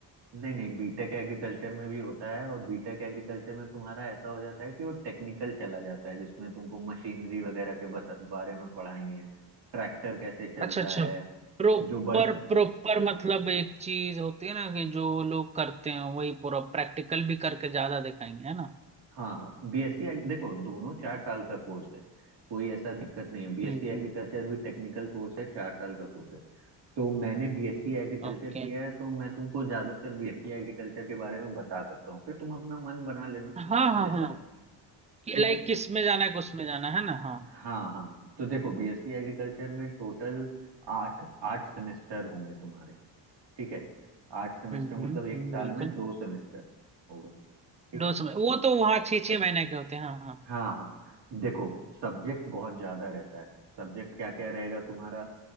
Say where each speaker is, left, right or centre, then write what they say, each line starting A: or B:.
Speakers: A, on the right (about 65°); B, on the right (about 15°).
A: नहीं नहीं बीटेक एग्रीकल्चर में भी होता है और बीटेक एग्रीकल्चर में तुम्हारा ऐसा हो जाता है कि वो टेक्निकल चला जाता है जिसमें तुमको मशीनरी वगैरह के बता, बारे में पढ़ाएंगे ट्रैक्टर कैसे चलता
B: अच्छा अच्छा
A: है
B: प्रॉपर
A: जो बड़
B: प्रॉपर मतलब एक चीज होती है ना कि जो लोग करते हैं वही पूरा प्रैक्टिकल भी करके ज्यादा दिखाएंगे है ना
A: हाँ हाँ बीएससी देखो दोनों चार साल का कोर्स है कोई ऐसा दिक्कत नहीं है बीएससी
B: हम्म
A: एग्रीकल्चर
B: हम्म
A: भी टेक्निकल कोर्स है चार साल का कोर्स है तो मैंने बीएससी एग्रीकल्चर
B: ओके
A: किया है तो मैं तुमको ज्यादातर बीएससी एग्रीकल्चर के बारे में बता सकता हूँ फिर तुम अपना मन बना लेना
B: हाँ हाँ
A: जैसा
B: हाँ कि
A: ठीक
B: लाइक
A: है
B: किस में जाना है किस में जाना है ना हाँ
A: हाँ हाँ तो देखो बीएससी एग्रीकल्चर में टोटल आठ आठ सेमेस्टर होंगे तुम्हारे ठीक है आठ सेमेस्टर
B: हम्म
A: मतलब
B: हम्म
A: एक
B: हम्म,
A: साल
B: बिल्कुल
A: में दो सेमेस्टर होगा ठीक
B: दो
A: है
B: समय वो तो वहाँ छः छः महीने के होते हैं हाँ हाँ।
A: हाँ हाँ देखो सब्जेक्ट बहुत ज्यादा रहता है सब्जेक्ट क्या क्या रहेगा तुम्हारा